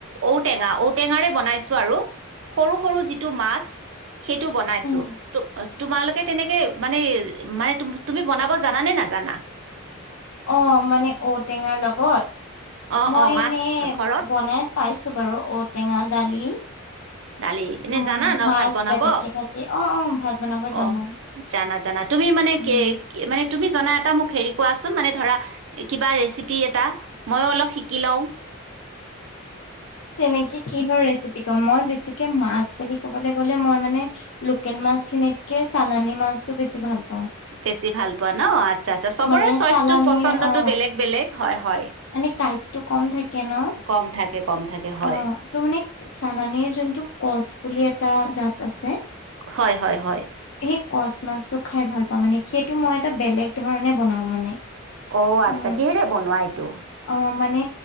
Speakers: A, on the right; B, on the left.
A: ঔ টেঙা ঔটেঙাৰে বনাইছো আৰু সৰু সৰু যি তো মাছ সেইটো বনাইছো
B: উম।
A: তু তোমালোকে তেনেকে মানে মানে তুমি বনাব জানা নে নাজানা
B: অ, মানে ঔ টেঙাৰ লগত।
A: অঁ
B: মই
A: অঁ মাছ
B: এনে
A: ঘৰত
B: বনাই পাইছো বাৰু ঔটেঙা দালি।
A: দালি এনে
B: উম
A: জানা ন
B: মাছ
A: ভাত বনাব
B: বেলেগকে ভাজি অ অ ভাত বনাব জানো
A: অ জানা জানা তুমি মানে
B: উম।
A: কে মানে তুমি জনা এটা, মোক হেৰী কোৱাচোন, মানে ধৰা কিবা ৰেচিপি এটা, মই অলপ শিকি লও।
B: তেনেকে কিহৰ ৰেচিপি কম মই বেছি। মাছ বুলি ক'বলৈ গ'লে মই মানে লোকেল মাছ খিনিত কে চালানি মাছতো বেছি ভাল পা
A: বেছি ভাল পোৱা ন আচ্ছা-আচ্চা চবৰে
B: মানে
A: চইচটো
B: চালানীৰ
A: পচন্দতটো
B: অ
A: বেলেগ বেলেগ হয়-হয়।
B: মানে কাইটটো কম থাকে। ন
A: কম থাকে। কম থাকে হয়
B: অ' ত মানে চালানীৰ যোনটো কচ বুলি এটা জাত আছে।
A: হয়-হয়-হয়।
B: সেই কচ মাছটো খাই ভাল পাওঁ মানে সেইটো মই এটা বেলেগ ধৰণে বনাও মানে।
A: অ' আচ্ছা
B: উম,
A: কিহেৰে বনোৱা এইটো
B: অ' মানে